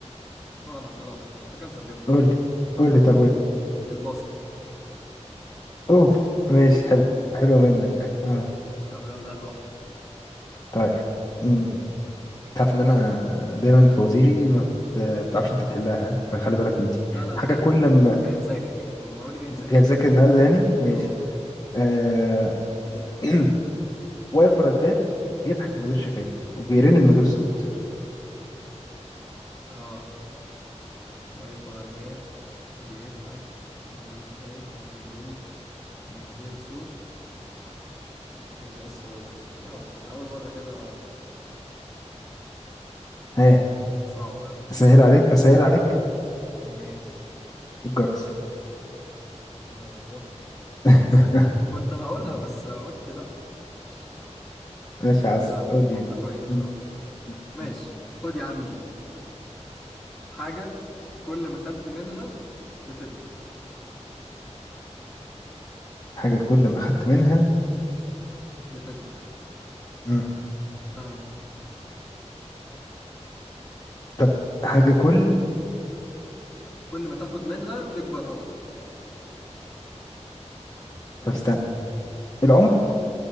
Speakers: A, in the centre; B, on the left.
A: لا لا خلاص خلاص انت كده مش هتجيبها
B: قول لي قول لي طب قول لي
A: البصل
B: اوف ماشي حلو حلوه منك اه
A: طب يلا هات واحدة
B: طيب امم تعرف ان انا دايما فوازيري ما بت- بتعرفش انت تحلها ها؟ فخلي بالك من دي
A: لا لا انا
B: حاجه
A: جاي
B: كل ما
A: انا جاي مذاكر انا المره دي جاي مذاكر
B: اوكي مذاكر النهارده يعني ماشي
A: اه
B: آه... <clears throat> واقف ورا الباب بيضحك من غير شفايف وبيرن من غير صوت
A: اه واقف ورا الباب بيضحك من غير شفايف وبيرن من غير صوت ايه ده ايه الصعوبه دي ايه يا عمر من اول مره كده
B: ها
A: لا، صعبه قوي دي
B: اسهل عليك اسهل عليك
A: ماشي
B: الجرس
A: يوه
B: <laughs>
A: والله أنا كنت هقولها بس قلت لا مش
B: ماشي يا
A: بس
B: عسل
A: لا م-
B: قول
A: منطقيه
B: لي
A: بصراحه
B: م- م-
A: ماشي
B: م.
A: خد يا عم دي حاجه كل ما خدت منها بتكبر
B: حاجة كل ما خدت منها
A: بتكبر
B: م.
A: ها
B: طب حاجة كل
A: كل ما تاخد منها تكبر اكتر
B: طب استنى العمر